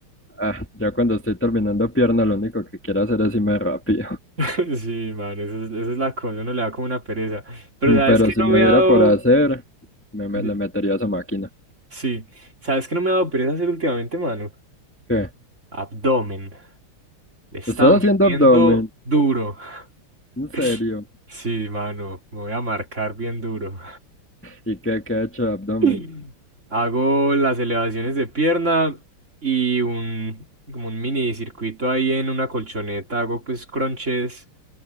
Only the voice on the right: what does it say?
<laughs> Sí, mano, esa es, eso es la cosa, uno le da como una pereza. Pero
sabes
que
no
me
ha dado.
di-
Sí, sabes que no me ha dado pereza hacer últimamente, mano.
Abdomen. Le he estado
metiendo
duro.
<laughs> Sí, mano, me voy a marcar bien duro.
<laughs> Hago las elevaciones de pierna y un, como un mini circuito ahí en una colchoneta. Hago pues crunches